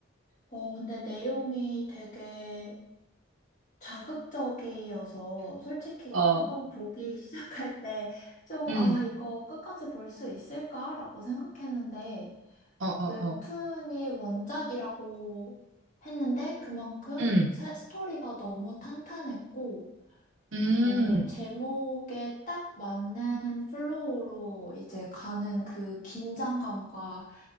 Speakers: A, on the left; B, on the right.
A: 어, 근데 내용이 되게 자극적이어서 솔직히
B: 어,
A: 처음 보기 <laughs> 시작할 때 좀,
B: 응,
A: 아, 이거 끝까지 볼 수 있을까라고 생각했는데
B: 어, 어,
A: 웹툰이
B: 어.
A: 원작이라고 했는데 그만큼
B: 응,
A: 사- 스토리가 너무 탄탄했고
B: 응,
A: 뭐, 제목에 딱 맞는 플로우로 이제 가는 그 긴장감과